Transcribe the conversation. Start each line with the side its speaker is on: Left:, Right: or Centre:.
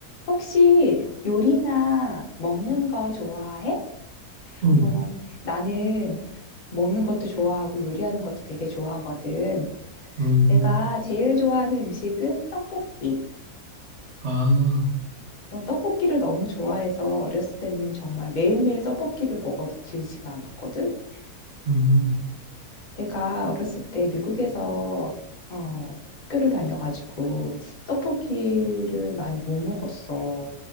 Left: 혹시 요리나 먹는 거 좋아해?
Right: 음,
Left: 어, 나는 먹는 것도 좋아하고 요리하는 것도 되게 좋아하거든.
Right: 음,
Left: 내가 제일 좋아하는 음식은 떡볶이.
Right: 아,
Left: 난 떡볶이를 너무 좋아해서 어렸을 때는 정말 매일매일 떡볶이를 먹어도 질지가 않았거든.
Right: 음,
Left: 내가 어렸을 때 미국에서 어, 학교를 다녀가지고 떡볶이를 많이 못 먹었어.